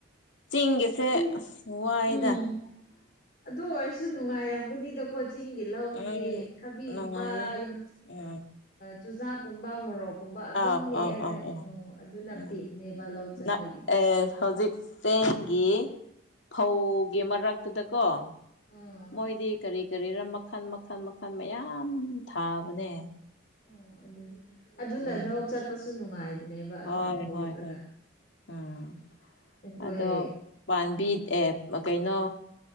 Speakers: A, on the left (about 60°); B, on the left (about 45°).
A: ꯆꯤꯡꯒꯁꯦ
B: ꯆꯤꯡ
A: ꯑꯁ ꯋꯥꯏꯗ
B: ꯎꯝ ꯑꯗꯨ ꯑꯣꯏꯔꯁꯨ ꯅꯨꯡꯉꯥꯏꯔꯝꯒꯅꯤ ꯀꯣꯆꯤꯡꯒꯤ ꯂꯧꯁꯤꯗꯤ
A: ꯎꯝ
B: ꯊꯕꯤꯒꯨꯝꯕ
A: ꯅꯨꯡꯉꯥꯏꯌꯦ
B: ꯌ
A: ꯎꯝ
B: ꯆꯨꯖꯥ ꯀꯣꯕ ꯃꯔꯣꯔꯑꯣ ꯀꯨꯝꯕ ꯑꯗꯨꯝ
A: ꯑꯥꯎ
B: ꯍꯦꯛꯑꯒ
A: ꯑꯥꯎ ꯑꯥꯎ ꯑꯥꯎ
B: ꯑꯣ ꯑꯗꯨꯅ
A: ꯎꯝ
B: ꯤꯠꯅꯦꯕ ꯂꯧ ꯆꯠꯄꯒꯤꯗ
A: ꯅꯞ ꯑꯦ ꯍꯧꯖꯤꯛ ꯆꯦꯡꯒꯤ ꯐꯧꯒꯤ ꯃꯔꯛꯇꯨꯗꯀꯣ
B: ꯎꯝ
A: ꯃꯣꯏꯗꯤ ꯀꯔꯤ ꯀꯔꯤꯔꯥ ꯃꯈꯜ ꯃꯈꯜ ꯃꯈꯜ ꯃꯌꯥꯝ ꯊꯥꯕꯅꯦ
B: ꯑꯣ ꯑꯗꯨꯅꯤ ꯑꯗꯨꯅ
A: ꯎꯝ
B: ꯂꯧ ꯆꯠꯄꯁꯨ ꯅꯨꯡꯉꯥꯏꯕꯅꯦꯕ
A: ꯍꯣꯏ
B: ꯑꯗꯨꯒꯨꯝꯕ
A: ꯍꯣꯏ
B: ꯎꯔꯒ
A: ꯍꯣꯏ ꯎꯝ
B: ꯑꯩꯈꯣꯏ
A: ꯑꯗꯣ ꯄꯥꯝꯕꯤ
B: ꯎꯝ
A: ꯑꯦ ꯀꯩꯅꯣ